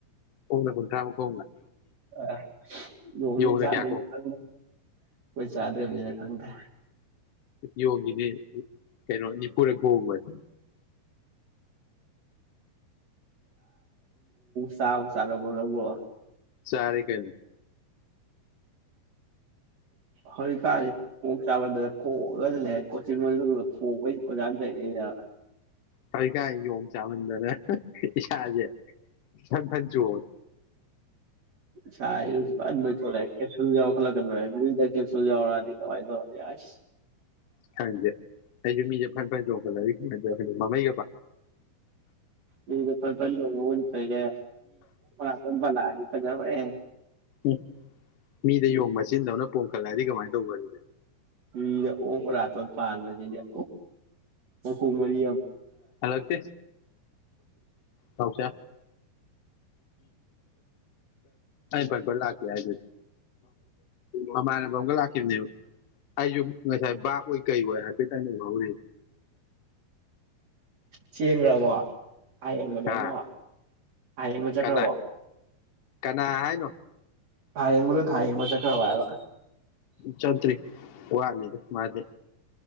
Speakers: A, on the left (about 65°); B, on the right (about 40°).
A: ꯀꯣꯡꯅꯒꯨꯟ꯭ꯔꯥ ꯀꯣ
B: ꯑ ꯂꯣꯅꯤ
A: ꯌꯣꯡꯅ
B: ꯆꯥꯗ
A: ꯀꯌꯥ ꯀꯣ
B: ꯑꯩꯣꯏ ꯆꯥꯗꯔꯅꯤꯅ ꯐꯪꯗ
A: ꯌꯣꯡꯉꯤꯅꯦ ꯀꯩꯅꯣ ꯅꯤꯐꯨꯔꯨꯔ ꯈꯣꯡꯕꯁ
B: ꯁꯥ ꯎꯁꯥ ꯂꯒ ꯂꯒꯣ
A: ꯆꯔ ꯀ
B: ꯍꯧꯖꯤꯛ ꯀꯥꯦ ꯃꯛ ꯆꯥꯕꯗꯨ ꯈꯣꯛꯑꯒ ꯂꯩꯔꯦ ꯀꯣꯆꯤꯟ ꯃ ꯈꯣꯡꯩ ꯄꯖꯥ ꯂꯩꯔꯦꯅ
A: ꯐꯔ ꯀꯥꯏ ꯌ ꯆꯥ ꯃꯟꯗꯅꯦ ꯌꯥꯖꯦ ꯊ ꯆ
B: ꯁ ꯈꯦ ꯀꯥꯏ
A: ꯈꯪꯦ ꯑꯩ ꯃꯤꯦ ꯈꯟꯄ ꯆꯣꯡꯀꯂ ꯃꯃꯥꯏ
B: ꯎꯝ ꯁꯄꯣꯏꯒꯔ ꯑꯣꯕꯂ ꯍꯥꯏꯗꯤ ꯐꯖꯦ
A: ꯎꯝ ꯃꯤꯗ ꯌꯕꯦ ꯆꯆꯤꯟꯗꯕꯅ ꯄꯣꯝꯈꯠꯂꯛꯑꯗꯤ ꯀꯃꯥꯏꯅ ꯇꯧꯕ ꯑꯗꯨꯗꯤ
B: ꯃꯤꯔ ꯑꯣꯔꯇꯣ ꯄꯔ ꯖꯤꯦ ꯌꯥ ꯑꯣ ꯃꯔꯤ
A: ꯍꯂꯛꯇ ꯄꯁꯦ ꯑ ꯐꯟ ꯐ ꯂꯥꯛꯀꯦ ꯍꯥꯏꯗꯨꯗꯤ ꯃꯃꯥꯟꯅ ꯐ ꯑꯃꯒ ꯂꯥꯛꯈꯤꯕꯅꯦꯕ ꯑꯩꯁꯨ ꯉꯁꯥꯏ ꯕꯥꯛꯑꯣ ꯀꯩ ꯑꯣꯏ ꯍꯥꯏꯐꯦꯠꯇ ꯑꯩꯅ ꯍꯧꯔꯤ
B: ꯆꯦꯟꯒ꯭ꯔꯕꫭ ꯊꯥ ꯌꯦꯡꯕꯗꯉꫭ
A: ꯍꯥ
B: ꯊꯥ ꯌꯦꯡꯕ ꯆꯠꯈ꯭ꯔꯕꫭ
A: ꯀꯅꯥ ꯀꯅꯥ ꯍꯥꯏꯅꯣ
B: ꯊꯥ ꯌꯦꯡꯕꯗꫭ ꯊꯥ ꯌꯦꯡꯕ ꯆꯠꯈ꯭ꯔꯕꯔ ꯍꯥꯏꯕ
A: ꯆꯇ꯭ꯔꯤ ꯋꯥꯠꯂꯤꯗ ꯃꯥꯗꯤ